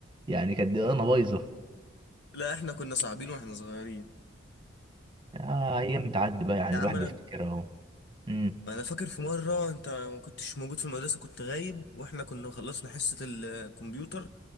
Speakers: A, on the right; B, on the left.
A: يعني كانت دماغنا بايظه
B: لا احنا كنا صعبين واحنا صغيرين
A: آه ايام بتعدي بقى يعني
B: يا
A: الواحد
B: عم
A: بيفتكرها اهو امم
B: انا فاكر في مره انت ما كنتش موجود في المدرسه كنت غايب واحنا كنا خلصنا حصه الكمبيوتر